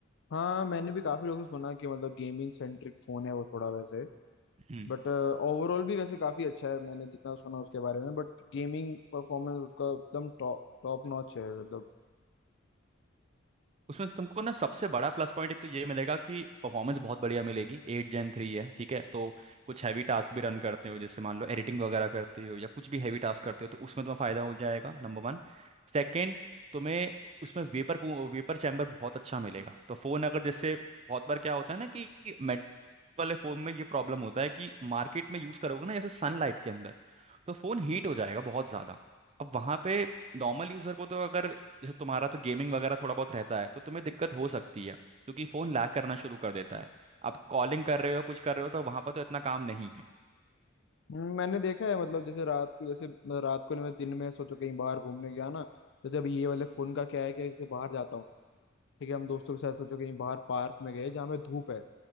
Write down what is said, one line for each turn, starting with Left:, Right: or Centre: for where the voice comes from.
Left: हाँ मैंने भी काफी लोगों से सुना कि मतलब गेमिंग सेंट्रिक फोन है वो थोड़ा वैसे
Right: हम्म।
Left: बट ओवरऑल भी वैसे काफी अच्छा है मैंने जितना सुना उसके बारे में बट गेमिंग परफॉर्मेंस उसका एकदम टॉप टॉप नॉच है मतलब
Right: उसमें तुमको ना सबसे बड़ा प्लस पॉइंट एक तो ये मिलेगा कि परफॉर्मेंस बहुत बढ़िया मिलेगी एट जेन थ्री है ठीक है तो कुछ हैवी टास्क भी रन करते हो जैसे मान लो एडिटिंग वगैरह करते हो या कुछ भी हैवी टास्क करते हो तो उसमें तुम्हें फायदा हो जाएगा नंबर वन सेकेंड तुम्हें उसमें वेपर वेपर चैम्बर बहुत अच्छा मिलेगा तो फोन अगर जैसे बहुत बार क्या होता है ना कि मेटल वाले फोन में ये प्रॉब्लम होता है कि मार्केट में यूज करोगे ना जैसे सनलाइट के अंदर तो फोन हीट हो जाएगा बहुत ज्यादा अब वहां पे नॉर्मल यूजर को तो अगर जैसे तुम्हारा तो गेमिंग वगैरह थोड़ा बहुत रहता है तो तुम्हें दिक्कत हो सकती है क्योंकि फ़ोन लैग करना शुरू कर देता है आप कॉलिंग कर रहे हो कुछ कर रहे हो तो वहाँ पर तो इतना काम नहीं है
Left: हम्म, मैंने देखा है मतलब जैसे रात को जैसे मतलब रात को नहीं, मैं दिन में सोचो कहीं बाहर घूमने गया ना जैसे अब ये वाले फोन का क्या है कि जैसे बाहर जाता हूँ ठीक है हम दोस्तों के साथ सोचो कहीं बाहर पार्क में गए जहाँ पे धूप है